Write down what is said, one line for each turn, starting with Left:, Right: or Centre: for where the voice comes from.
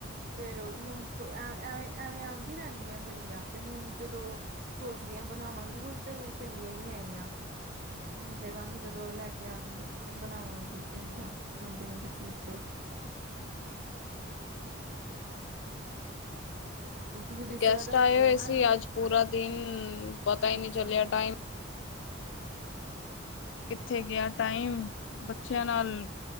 Right: ਫੇਰ ਹੁਣ ਐਵੇਂ ਐਵੇਂ ਆਂਦੀ ਰਹਿੰਦੀਆਂ ਭਿੰਡੀਆਂ ਤੇ ਹੁਣ ਜਦੋਂ ਸੋਚ ਰਹੀ ਆ ਬਣਾਵਾਂਗੀ ਕੁੱਝ ਤੇ ਭਿੰਡੀਆਂ ਹੀ ਨਹੀਂ ਆਈਆਂ ਹਾਂ ਦੇਖਾਂਗੀ ਜਦੋਂ ਲੈ ਕੇ ਆਣਗੇ। ਫਿਰ ਬਣਾਵਾਂਗੀ ਭਿੰਡੀਆਂ ਲੰਬੀ ਲੰਬੀ ਚੀਰ ਕੇ ਤੁਸੀਂ ਜਿਸ
Left: ਗੈਸਟ
Right: ਤਰ੍ਹਾਂ ਦੱਸ
Left: ਆਏ
Right: ਰਹੇ
Left: ਹੋਏ
Right: ਹੋ ਨਾ
Left: ਸੀ
Right: ਕਿ
Left: ਅੱਜ ਪੂਰਾ ਦਿਨ ਪਤਾ ਹੀ ਨਹੀਂ
Right: ਅੱਛਾ
Left: ਚੱਲਿਆ ਟਾਈਮ ਕਿੱਥੇ ਗਿਆ ਟਾਈਮ ਬੱਚਿਆਂ ਨਾਲ